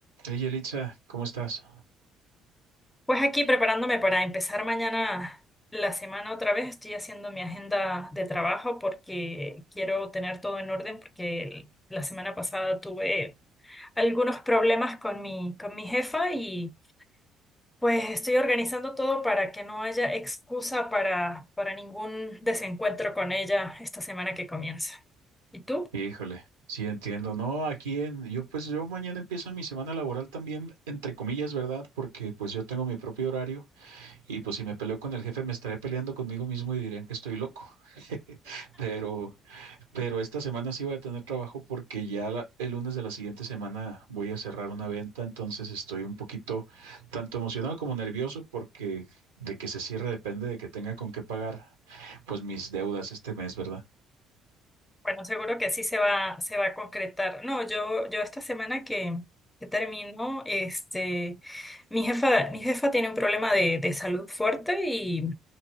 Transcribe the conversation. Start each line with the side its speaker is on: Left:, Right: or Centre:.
Right: Hey, Yelitza, ¿cómo estás?
Left: Pues aquí preparándome para empezar mañana la semana otra vez, estoy haciendo mi agenda de trabajo porque quiero tener todo en orden porque el- la semana pasada tuve algunos problemas con mi, con mi jefa y pues estoy organizando todo para que no haya excusa para, para ningún desencuentro con ella esta semana que comienza. ¿Y tú?
Right: Híjole, sí entiendo. No, aquí en, yo pues yo mañana empieza mi semana laboral también, entre comillas, ¿verdad? Porque pues yo tengo mi propio horario y pues si me peleo con el jefe me estaré peleando conmigo mismo y dirían que estoy loco. <laughs> Pero, pero esta semana sí voy a tener trabajo porque ya la- el lunes de la siguiente semana voy a cerrar una venta, entonces estoy un poquito tanto emocionado como nervioso porque de que se cierre depende de que tenga con qué pagar pues mis deudas este mes, ¿verdad?
Left: Bueno, seguro que sí se va, se va a concretar. No, yo, yo esta semana que, que termino, este, mi jefa, mi jefa tiene un problema de, de salud fuerte y,